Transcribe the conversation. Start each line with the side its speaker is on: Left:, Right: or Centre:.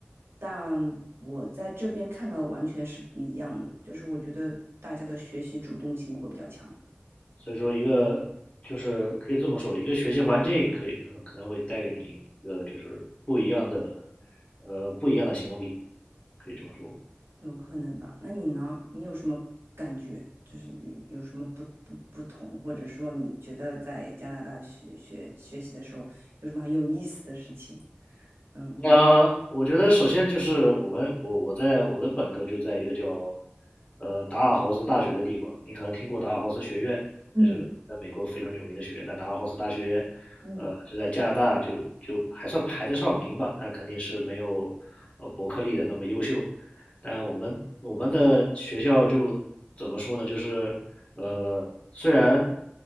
Right: 但我在这边看到的完全是不一样的，就是我觉得大家的学习主动性会比较强，
Left: 所以说，一个就是可以这么说，一个学习环境可以可能可能会带给你一个就是不一样的，呃，不一样的行动力，可以这么说。
Right: 有可能吧？那你呢？你有什么感觉？就是有有什么不不不同，或者说你觉得在加拿大学学学习的时候有什么很有意思的事情？嗯
Left: 那我觉得首先就是我们我我在我的本科就在一个叫呃达尔豪斯大学的地方，你可能听过达尔豪斯学院，
Right: 嗯
Left: 那是个在美国非常有名的学院，在达尔豪斯大学，
Right: 嗯
Left: 呃，就在加拿大就就还算排得上名吧，但肯定是没有呃伯克利的那么优秀。但我们我们的学校就怎么说呢？就是呃，虽然